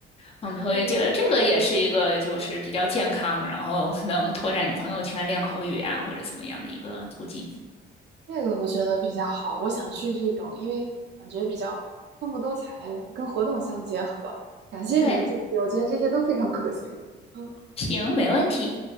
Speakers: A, on the left; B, on the right.
A: 嗯，我也觉得这个也是一个就是比较健康，
B: 嗯，
A: 然后能拓展你朋友圈、练口语啊或者怎么样的一个途径。
B: 这个我觉得比较好，我想去这种，因为感觉比较丰富多彩，跟活动相结合。感谢你的建议，
A: 对，
B: 我觉得这些都非常可行。嗯
A: 行，没问题。